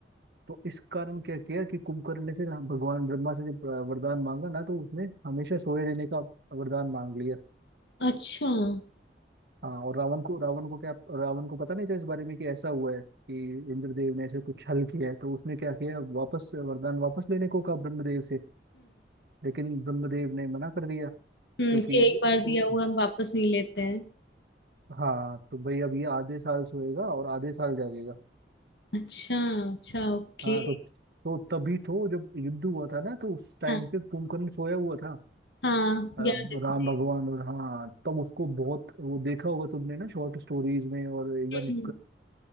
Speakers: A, on the right; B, on the left.
A: तो इस कारण क्या किया कि कुंभकर्ण ने फिर हम- भगवान ब्रह्मा से जब अ, वरदान मांगा ना तो उसने हमेशा सोए रहने का वरदान मांग लिया
B: अच्छा हम्म
A: हाँ और रावण को रावण को क्या रावण को पता नहीं था इस बारे में कि ऐसा हुआ है कि इंद्रदेव ने ऐसे कुछ छल किया है तो उसने क्या किया वापस वरदान वापस लेने को कहा ब्रह्मदेव से लेकिन ब्रह्मदेव ने मना कर दिया क्योंकि
B: हम्म कि
A: उ-
B: एक बार दिया
A: उ-
B: हुआ हम वापस नहीं लेते हैं
A: हाँ तो भाई अब ये आधे साल सोएगा और आधे साल जागेगा
B: अच्छा अच्छा ओके
A: हाँ तो तो तभी तो जब युद्ध हुआ था ना तो उस टाइम
B: हाँ,
A: पे कुंभकर्ण सोया हुआ था
B: हाँ
A: अ,
B: ज्ञान देवदेव
A: राम भगवान और हाँ तब उसको बहुत वो देखा होगा तुमने ना शॉर्ट स्टोरीज में और इवन
B: हम्म, हम्म।